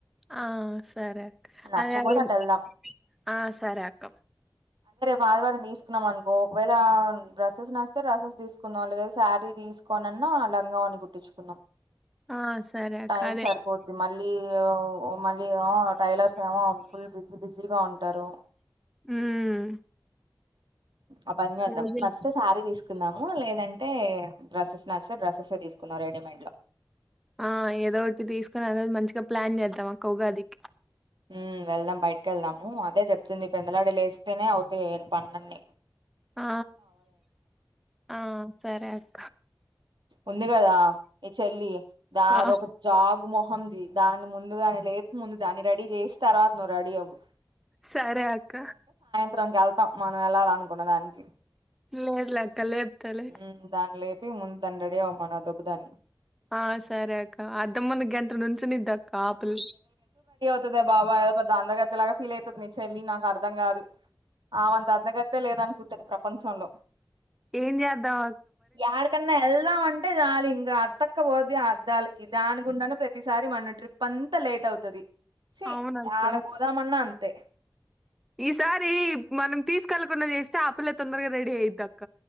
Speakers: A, in the centre; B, on the right.
A: ఆ సరే అక్క
B: నచ్చకపోతే
A: అదే <unintelligible>
B: అటు వెళ్దాం
A: ఆ సరే అక్క
B: వాదివారం తీసుకున్నాం అనుకో ఒకవేళ డ్రెస్సెస్ నచ్చుతే డ్రస్సెస్ తీసుకుందాం లేదు శారీ తీసుకోని అనట్ నా లంగా అని కుట్టించుకుందాం
A: ఆ సరే అక్క
B: టైం
A: అదే
B: సరిపోద్ది మళ్ళీ య్యో మళ్ళీ ఏమో టైలర్స్ ఆ ఏమో ఫుల్ బిజీ బిజీగా ఉంటారు
A: ఉమ్
B: అ పని చెద్దాం
A: ఆ రోజు
B: నచ్చితే శారీ తీసుకున్నాము లేదంటే అంటే డ్రస్సెస్ నచ్చితే డ్రస్సెస్ తీసుకున్నమ్ రెడీమేడ్ లో
A: ఆ ఏదో ఒకటి తీసుకొని అనేది మంచిగా ప్లాన్ చేద్దాంక్క ఉగాదికి
B: ఉమ్ వెళ్దాం బయటకి వెళ్దాము అదే చెప్తుంది పెందలాడి లేస్తేనే అవుతాయి పనులన్ని
A: ఆ ఆ సరే అ
B: ఉంది కదా ఈ చెల్లి దాదొ
A: ఆ
B: ఒక జాగు మొహ హంది దాని ముందుగాని లేపు ముందు దాన్ని రెడీ చేసి తర్వాత నువ్వు రెడీ అవ్వు
A: సరే అక్క
B: త్రంకి వెళ్తాం మనం వెళ్ళాల అనుకున్న దానికి
A: లెద్లెక్క లేప్తాలే
B: ఉమ్ లేపి ముందు దాన్ని రెడీ అవ్వమాను ఆ దొబ్బదాన్ని
A: ఆ సరే అక్క అంతముందు గంట నుంచునుదాక్క అక్కపిల్ల
B: అదే బాబా ఏదో పెద్ద అందగతిలాగా ఫీల్ అవుతుంది నను చెల్లి నాకు అర్థం కాదు ఆవంత అందగత్తే లేదనుకుంటది ప్రపంచంలో
A: ఏన్ జధా
B: యాడకన్నా వెళ్దాం అంటే రాలిం ఇ అతక్కపోద్ది ఆ అద్దాలకి దాని గుండాను ప్రతిసారి మన ట్రిప్ అంతా లేట్ అవుతుది ఛి ఆడ
A: అవునక్క
B: యాడపోదామన్నా అంతే
A: ఈసారి మనం తీసుకెళ్ళకున్నది చేస్తే ఆపిల్లే తొందరగా రెడ అయ్యదిక్క